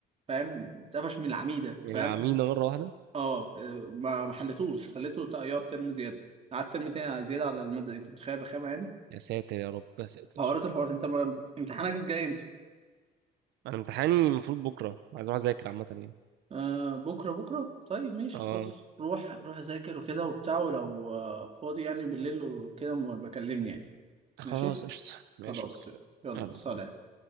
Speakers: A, on the right; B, on the right.
A: فاهم اتقفش من العميدة
B: العمينا
A: فاهم
B: مرة واحدة
A: اه آه، ما ما حلتوش خليته تق- يقعد ترم زيادة قعد ترم تاني على زيادة على المادة دي انت متخيل رخامة يعني
B: يا ساتر يا رب يا ساتر
A: حوارات الحوارات انت ما... امتحانك الجاي امتى؟
B: أنا امتحاني المفروض بكرة عايز أروح أذاكر عامة يعني
A: آه بكرة بكرة طيب ماشي
B: اه
A: خلاص روح روح ذاكر وكده وبتاع ولو آه، فاضي يعني بالليل وكده م- بكلمني يعني
B: خلاص
A: ماشي
B: قشطة ماشي
A: خلاص
B: أوكي.
A: يلا
B: يلا
A: سلام
B: سلام